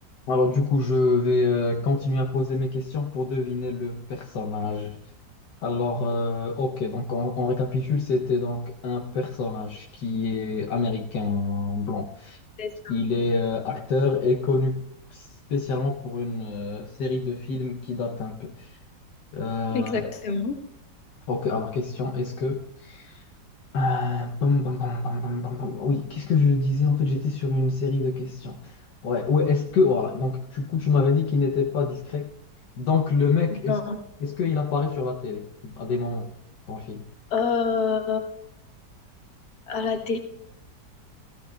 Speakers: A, on the left; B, on the left.
A: Alors du coup, je vais euh, continuer à poser mes questions pour deviner le personnage. Alors, euh, ok, donc on, on récapitule, c'était donc un personnage qui est américain blanc.
B: C'est ça.
A: Il est euh, acteur et connu spécialement pour une euh, série de films qui date un peu. Euh,
B: Exactement.
A: ok, alors question, est-ce que Euh, pom, pom, pom, pom, pom, pom, pom. Oui, qu'est-ce que je disais? En fait, j'étais sur une série de questions. Ouais, ouais, est-ce que, voilà, donc du coup, tu m'avais dit qu'il n'était pas discret. Donc, le mec, est-ce
B: Non.
A: est-ce qu'il apparaît sur la télé à des moments dans le film?
B: Euh, alors,